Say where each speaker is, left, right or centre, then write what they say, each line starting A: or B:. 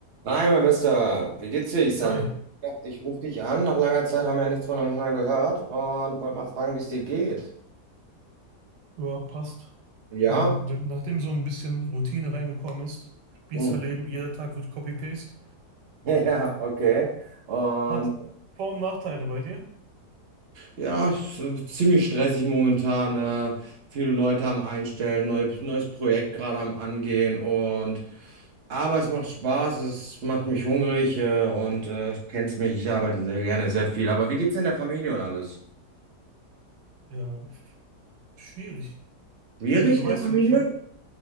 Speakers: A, on the right; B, on the right.
A: Hi, mein Bester. Wie geht's dir, Isan?
B: Hi,
A: Ich dachte, ich rufe dich an. Nach langer Zeit haben wir ja nichts voneinander gehört und wollte mal fragen, wie es dir geht.
B: ja, passt.
A: Ja?
B: Nachdem so ein bisschen Routine reingekommen ist, Spießerleben,
A: Hm. <laughs>
B: jeder Tag wird Copy-Paste,
A: Ja, okay. Und
B: hat Vor- und Nachteile bei dir.
A: ja, es ist äh, ziemlich stressig momentan. Äh, viele Leute am Einstellen, neu, neues Projekt gerade am Angehen und aber es macht Spaß, es macht mich hungrig äh, und äh, kennst mich, ich arbeite sehr gerne, sehr viel. Aber wie geht's denn der Familie und alles?
B: Ja, f- schwierig.
A: Schwierig
B: Ja, du
A: der
B: weißt
A: Familie?
B: ja, ich habe